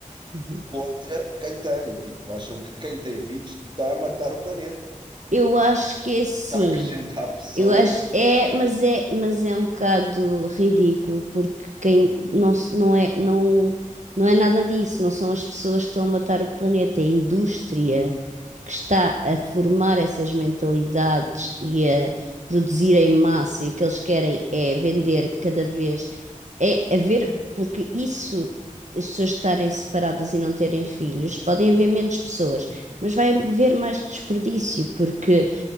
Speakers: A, on the right; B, on the right.
A: Uhum.
B: contra quem tem. Tipo, acham que quem tem filhos está a matar o planeta,
A: Eu acho que é assim.
B: porque está a acrescentar <laughs> pessoas
A: Eu acho
B: contra.
A: é, mas é, mas é um bocado ridículo porque quem não se- não é não não é nada disso, não são as pessoas que estão a matar o planeta, é a indústria que está a formar essas mentalidades e a produzir em massa e o que eles querem é vender cada vez é haver, porque isso, as pessoas estarem separadas e não terem filhos, podem haver menos pessoas, mas vai haver mais desperdício, porque